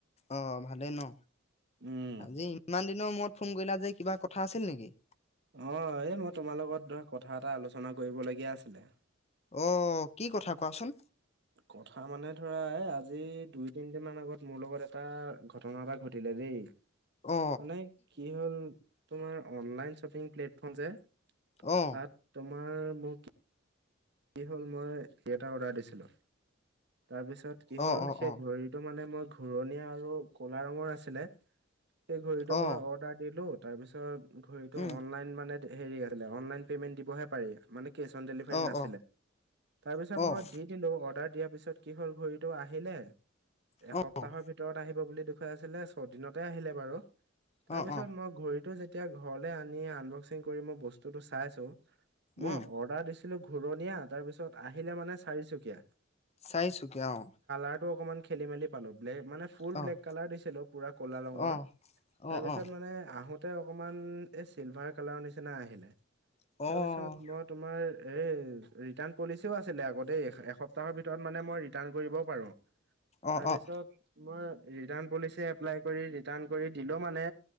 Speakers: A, on the left; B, on the right.
A: অ', ভালে ন?
B: উম
A: আজি ইমান দিন দিনৰ মূৰত ফোন কৰিলা যে কিবা কথা আছিল নেকি?
B: অ', এই মই তোমাৰ লগত ধৰা কথা এটা আলোচনা কৰিবলগীয়া আছিলে।
A: অ', কি কথা কোৱাচোন।
B: কথা মানে ধৰা আজি দুই তিনদিন মান আগত মোৰ লগত এটা ঘটনা এটা ঘট টিলে দেই।
A: অ
B: মানে কি হল, তোমাৰ অনলাইন শ্বপিং প্লেটফৰ্ম যে। তাত
A: অ
B: তোমাৰ মোৰ কি কি হ'ল মই কি এটা অৰ্ডাৰ দিছিলোঁ। তাৰপিছত কি হ'ল
A: অ অ
B: সেই
A: অ
B: ঘড়ীটো মানে মই ঘূৰণীয়া আৰু কলা ৰঙৰ আছিলে। সেই ঘড়ীটো
A: অ
B: মই অৰ্ডাৰ দিলো তাৰ পিছত ঘড়ীটো
A: উম
B: অনলাইন মানে দে হেৰি আছিলে অনলাইন পে'মেণ্ট দিবহে পাৰি, মানে কেছ অন ডেলিভাৰী
A: অ
B: নাছিলে।
A: অ
B: তাৰপিছত
A: অ',
B: মই দি দিলো অৰ্ডাৰ দিয়াৰ পিছত কি হ'ল ঘডৰিতটো আহিলে,
A: অ',
B: এসপ্তাহৰ ভিতৰত আহিব বুলি দেখুৱাই আছিলে ছদিনতে আহিলে বাৰু।
A: অ',
B: তাৰপিছত
A: অ',
B: মই ঘড়ীতো যেত তিয়া ঘৰলে আনি মই বস্তুটো আনবক্সিং কৰি চাইছো, মই
A: উম,
B: অৰ্ডাৰ দিছিলোঁ ঘ ঘূৰণীয়া তাৰ পিছত আহিলে মানে চাৰিচুকীয়া।
A: চাৰিচুকিয়া অ'।
B: ভাৰ তো অকনমান খেলি মেলি পালোঁ। ব্লে মানে ফুল
A: অ',
B: ব্লেক কালাৰ দিছিলো পুৰা ক'লা ৰঙৰ,
A: অ', অ'।
B: তাৰপিছত
A: অ', অ',
B: মানে আহোত ততে অকমান এই চিলভাৰ কালাৰ নিচিনা আহিলে
A: অ',
B: তাৰপিছত মই তোমাৰ এই ৰিটাৰ্ণ পলিচিও আছিলে আগতে এসপ্তাহৰ ভিতৰত মানে মই ৰিটাৰণ কৰিব পাৰোঁ।
A: অ',
B: তাৰপিছতই
A: অ',
B: পলিচ এপ কৰি কৰি দিলো মানে